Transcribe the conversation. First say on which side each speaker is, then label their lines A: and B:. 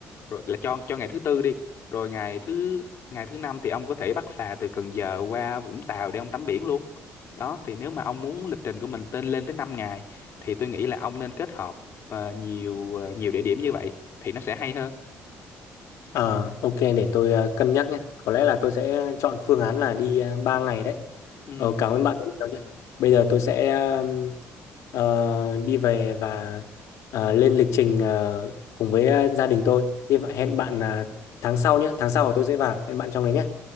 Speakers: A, on the left; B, on the left.
A: Rồi là cho cho ngày thứ tư đi. Rồi ngày thứ ngày thứ năm thì ông có thể bắt phà từ Cần Giờ qua Vũng Tàu để ông tắm biển luôn đó thì nếu mà ông muốn lịch trình của mình tên lên tới 5 ngày thì tôi nghĩ là ông nên kết hợp ờ, nhiều ờ, nhiều địa điểm như vậy thì nó sẽ hay hơn
B: À, ok để tôi ờ, cân nhắc nhé. Có lẽ là tôi sẽ chọn phương án là đi uh, 3 ngày đấy.
A: ừ
B: Ờ, cảm ơn bạn rất nhiều nhé. Bây giờ tôi sẽ ờm, ờ, đi về và ờ, lên lịch trình ờ, cùng với ờ, gia đình tôi. Hy vọng hẹn bạn là tháng sau nhé. Tháng sau tôi sẽ vào. Hẹn bạn trong đấy nhé.